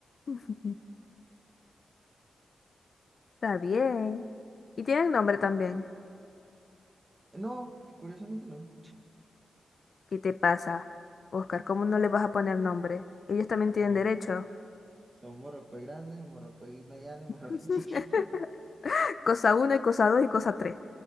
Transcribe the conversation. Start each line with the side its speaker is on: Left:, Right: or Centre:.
Left: <laughs> Está bien. Y tienen nombre también.
Right: No, curiosamente no.
Left: ¿Qué te pasa, Oscar? ¿Cómo no le vas a poner nombre? Ellos también
Right: Son,
Left: tienen derecho.
Right: son morrocoy grande, morrocoy mediano y morrocoy
Left: <laughs>
Right: <laughs> chiquito.
Left: Cosa uno y cosa 2 y cosa tres